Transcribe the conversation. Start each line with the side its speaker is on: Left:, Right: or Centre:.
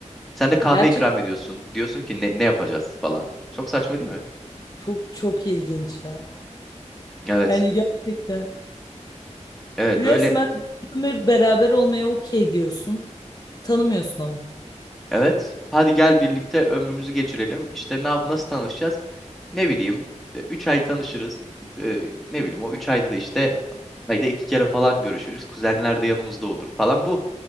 Centre: Sen de kahve
Left: Gerçekten
Centre: ikram ediyorsun. Diyorsun ki ne, ne yapacağız falan. Çok saçma değil mi?
Left: çok çok ilginç ya.
Centre: Evet.
Left: Yani gerçekten.
Centre: Evet
Left: Resmen
Centre: böyle
Left: bir ömür beraber olmaya okey diyorsun. Tanımıyorsun ama.
Centre: Evet. Hadi gel birlikte ömrümüzü geçirelim. İşte ne, yap- nasıl tanışacağız? Ne bileyim. İşte 3 ay tanışırız. Ee, ne bileyim o 3 ayda da işte ayda 2 kere falan görüşürüz. Kuzenler de yanımızda olur falan bu.